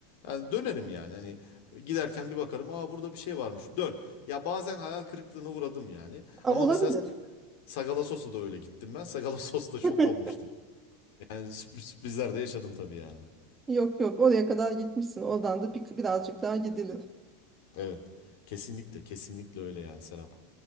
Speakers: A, on the left; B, on the right.
A: Yani dönerim yani hani giderken bir bakarım aa burada bir şey varmış dön. Ya bazen hayal kırıklığına uğradım yani.
B: Aa,
A: Ama
B: olabilir.
A: mesela Sagala Sos'a da öyle gittim ben. Sagala Sos'ta şok
B: <laughs>
A: olmuştum. Yani sürpriz, sürprizler de yaşadım tabii yani.
B: Yok yok oraya kadar gitmişsin. Oradan da bir, birazcık daha gidilir.
A: Evet kesinlikle kesinlikle öyle yani Serap.